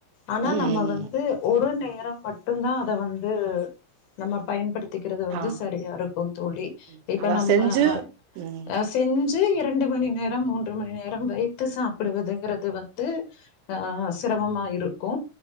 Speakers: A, on the left; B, on the right.
A: ஆனா
B: ம்.
A: நம்ம வந்து ஒரு நேரம் மட்டு தா அத வந்து நம்ம பயன்படுத் திக்றது வந்து
B: ஆ.
A: சரியா இருக்கு தோழி
B: ம்.
A: இப்ப
B: அதான்
A: நம்ம
B: செஞ்சு ம்.
A: அ செஞ்சு இரண்டு மணி நேரம் மூன்று மணி நேரம் வைத்து சாப்புடுவதுங்கிறது வந்து ஆ சிரமமா இருக்கு